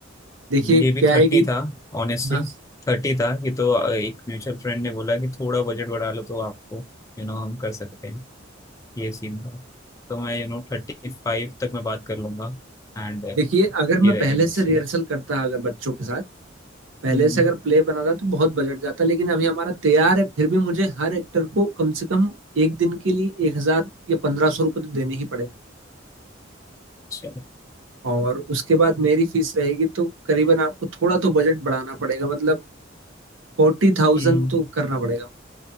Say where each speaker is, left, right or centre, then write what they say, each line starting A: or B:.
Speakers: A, on the right; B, on the left.
A: देखिए क्या
B: ये भी
A: है
B: थर्टी
A: कि
B: था ऑनेस्टली
A: हाँ
B: थर्टी था ये तो अ, एक म्यूचुअल फ्रेंड ने बोला कि थोड़ा बजट बढ़ा लो तो आपको यू नो हम कर सकते हैं ये सीन था तो मैं यू नो थर्टी फाइव तक मैं बात कर लूंगा एंड
A: देखिए अगर
B: ये
A: मैं
B: रहेगा
A: पहले से
B: सीन
A: रिहर्सल करता अगर बच्चों के साथ पहले
B: हम्म,
A: से अगर प्ले बनाता तो बहुत बजट जाता लेकिन अभी हमारा तैयार है फिर भी मुझे हर एक्टर को कम से कम एक दिन के लिए एक हजार या पंद्रह सौ रुपये तो देने ही पड़ेंगे
B: चलो
A: और उसके बाद मेरी फीस रहेगी तो करीबन आपको थोड़ा तो बजट बढ़ाना पड़ेगा मतलब फोर्टी थाउजेंड
B: हम्म
A: तो करना पड़ेगा